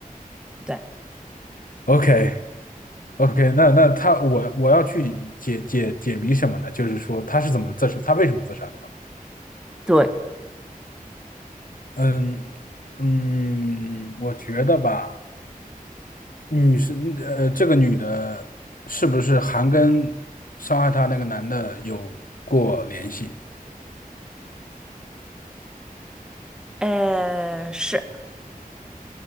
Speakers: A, in the centre; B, on the left (about 65°).
A: 对
B: OK。OK，那那他我我要去解解解谜什么呢？就是说他是怎么自杀，他为什么自杀的吧？
A: 对，
B: 嗯嗯，我觉得吧，女生呃，这个女的是不是还跟伤害她那个男的有过联系？
A: 呃，是